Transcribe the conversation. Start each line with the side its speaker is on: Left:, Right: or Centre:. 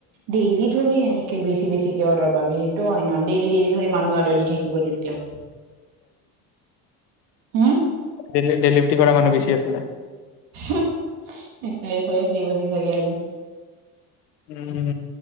Right: ডেইলি থোৰি এনে কে বেছি বেছি কে অৰ্ডাৰ পাবি সেইটো হয় ন ডেইলি ডেইলি ধৰি মানুহ আৰু অৰ্ডাৰ থাকিব যেতিয়াও হম
Left: ডেলি ডেলিভাৰী কৰা মানুহ বেছি আছিলে
Right: এইটোৱে চবে ফ্ৰী পাইছে চাগে আজি
Left: উম